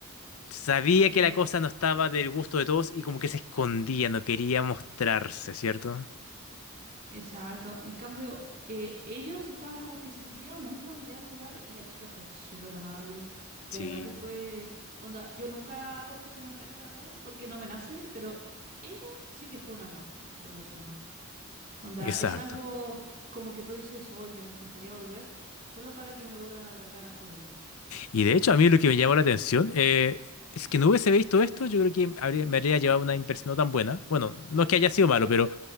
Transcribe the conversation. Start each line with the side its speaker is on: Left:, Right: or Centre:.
Left: sabía
Right: Sí.
Left: que la cosa no estaba del gusto de todos y como que se escondía, no quería mostrarse, ¿cierto?
Right: Exacto. En cambio, eh, ellos estaban como que se sentían muy familiar el lugar y la chica fue súper amable. De
Left: Sí.
Right: verdad que fue... Onda, yo nunca hago este comentario, la verdad, porque no me nace, pero ella sí que fue un amor de persona. Onda,
Left: Exacto.
Right: es algo como que tú dices, hoy me encantaría volver, solo para que me vuelvan a tratar así de bien.
Left: Y de hecho, a mí lo que me llamó la atención eh, es que no hubiese visto esto, yo creo que habría- me habría llevado una impresión no tan buena. Bueno, no es que haya sido malo, pero...